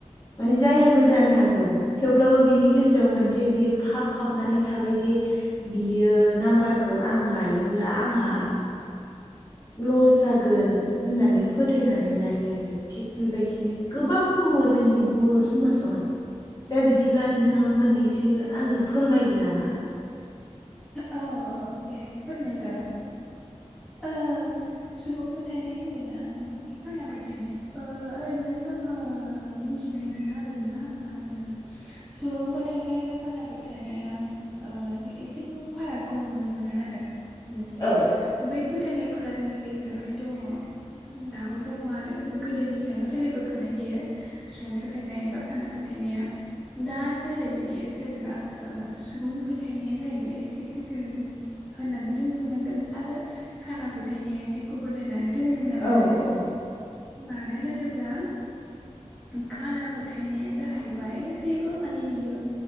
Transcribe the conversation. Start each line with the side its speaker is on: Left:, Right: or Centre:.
Left: माने जायाबो जानो हागौ थेवब्लाबो बिनि गोसोआव मोनसे बियो फाब हाबनानै थाबाय जे बियो नामबार खौ आं लायोब्ला आंहा लस जागोन होननानै फोथायनानै लायो आरो थिग बेबायदिनो गोबां दङ जोंनि बर' समाजावहाय दा बिदिब्ला नोंथाङा मोननैसो आंनो फोरमायदो नामा
Centre: औ औं दे फोरमाय जागोन ओं सुबुं फोथायनाय होनदोंना नङाखि खाना फोथायनाय ओ ओरैनो जोङो मिथि नो मोनो आरोना मा होनो सुबुं फोथायनाय आरो खाना फोथायनाया ओ एसे फारागखौ नुनो मोनो आरो उम
Left: औ
Centre: बै फोथायनायफोरा जोंनि गेजेरावहाय दङ दाबो दङ आरो गोदोनिफ्रायनो सोलिबोखानाय बियो सुबुं फोथायनाय बा खाना फोथायनाया दानो ओरैबायदि जेनेबा सुबुं फोथायनाया जाहैबाय एसे गुबुन होननानै जों बुंनांगोन आरो खाना फोथायनाया एसे गुबुन होननानै जों बुंनांगोन
Left: औ
Centre: आरो
Left: औ
Centre: मानो होनोब्ला खाना फोथायनाया जाहैबाय जेबो माने बियो